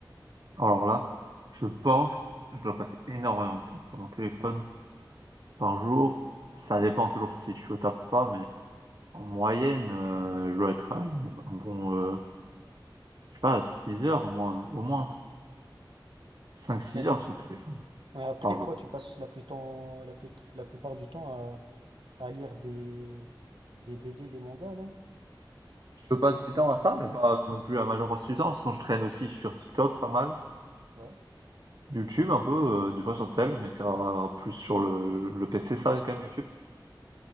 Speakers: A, on the right; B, on the right.
A: Alors là, je pense, je dois passer énormément de temps sur mon téléphone par jour. Ça dépend toujours si je suis au taf ou pas, mais en moyenne, euh, je dois être à une- un bon, euh, je sais pas, 6 heures au moins, au moins cinq six
B: Mais,
A: heures sur le téléphone
B: mais après
A: par jour.
B: toi tu passes la plus temps la plus- la plupart du temps à, à lire des des BD, des mangas, non?
A: Je passe du temps à ça, mais pas non plus à la majeure partie du temps. Sinon, je traîne aussi sur TikTok pas mal.
B: Ouais,
A: YouTube un peu, euh, des fois sur tel, mais c'est va plus sur le, le PC,
B: le
A: ça,
B: PC.
A: quand même, YouTube.